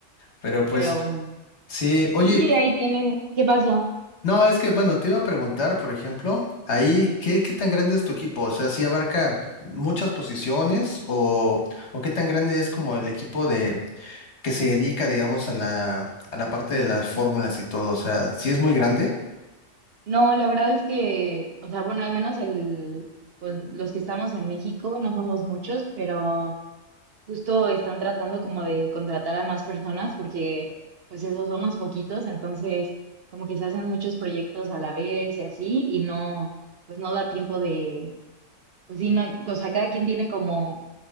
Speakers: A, on the left; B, on the right.
A: Pero pues
B: pero bueno,
A: sí, oye,
B: pues sí, ahí tiene, ¿qué pasó?
A: No, es que, bueno, te iba a preguntar, por ejemplo, ahí, ¿qué, qué tan grande es tu equipo? O sea, ¿si abarca muchas posiciones o, o qué tan grande es como el equipo de que se dedica, digamos, a la, a la parte de las fórmulas y todo? O sea, ¿si es muy grande?
B: No, la verdad es que, o sea, bueno, al menos el, pues los que estamos en México no somos muchos, pero... Justo están tratando como de contratar a más personas porque pues esos somos poquitos, entonces como que se hacen muchos proyectos a la vez y así y no, pues no da tiempo de, pues sí, no, o sea, cada quien tiene como,